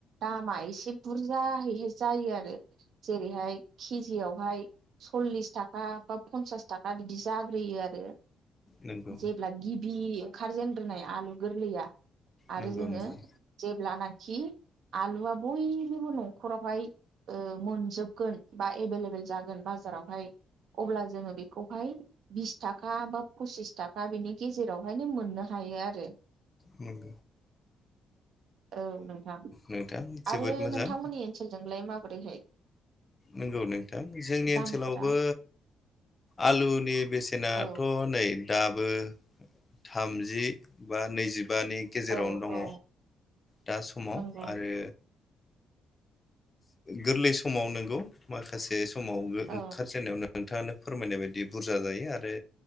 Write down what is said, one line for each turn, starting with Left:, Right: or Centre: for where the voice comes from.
Right: दामा एसे बुरजाहैहाय जायो आरो। जेरैहाय केजियावहाय सलिस थाखा बा फसास थाखा बि जा ग्रोयो आरो
Left: नंगौ
Right: जेब्ला गिबि ओंखारजेनग्रोनाय आलु गोरलैया। आरो
Left: नंगौ
Right: जोङो
Left: नंगौ
Right: जेब्ला नो खि आलुआ बयनिबो न'खरावहाय ओ मोनजोबगोन बा एभेलेबल जागोन बाजारावहाय अब्ला जोङो बेखौहाय बिस थाखा बा पसिस थाखा बेनि गेजेरावहायनो मोननो हा हायो आरो।
Left: उम
Right: औ नोंथां
Left: नोंथां जोबोद
Right: आरो
Left: मोजां
Right: नोंथांमोननि ओनसोलजोंलाय माबोरैहाय
Left: नंगौ नोंथां जोंनि
Right: दामफोरा
Left: ओनसोलावबो। आलुनि बेसेनाथ'
Right: औ
Left: नै दाबो थामजि बा नैजिबानि गेजेरावनो
Right: औ
Left: दङ'।
Right: औ
Left: दा समाव
Right: नंगौ
Left: आरो गोरलै समाव नोंगौ माखासे समाव
Right: औ
Left: ओंखारजेनायाव नो नोंथाङानो फोरमायनाय बायदि बुरजा जायो आरो